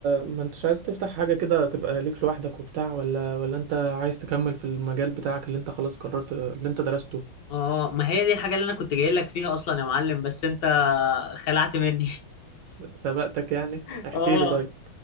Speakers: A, on the right (about 75°); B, on the left (about 65°).
A: ما انتش عايز تفتح حاجة كده تبقى ليك لوحدك وبتاع ولا ولا انت عايز تكمل في المجال بتاعك اللي انت خلاص قررت اللي انت درسته
B: اه ما هي دي الحاجة اللي انا كنت جاي لك فيها اصلا يا معلم بس انت خلعت مني
A: س- سبقتك يعني
B: <laughs>
A: احكي
B: اه
A: لي طيب